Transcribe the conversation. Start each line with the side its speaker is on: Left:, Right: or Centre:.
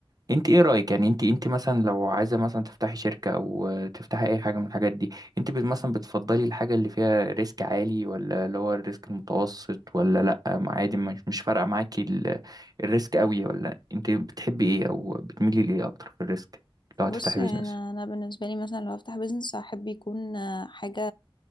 Right: انت ايه رأيك يعني انت انت مثلا لو عايزة مثلا تفتحي شركة او آه، تفتحي اي حاجة من الحاجات دي انت بت- مثلا بتفضلي الحاجة اللي فيها ريسك عالي ولا اللي هو الريسك المتوسط ولا لا ما عادي مش مش فارقة معاكي ال- الريسك قوي ولا انت بتحبي ايه او بتميلي لايه اكتر في الريسك لو هتفتحي
Left: بص يعني
Right: بيزنس
Left: انا انا بالنسبه لي مثلا لو افتح بيزنس هحب يكون آه، حاجه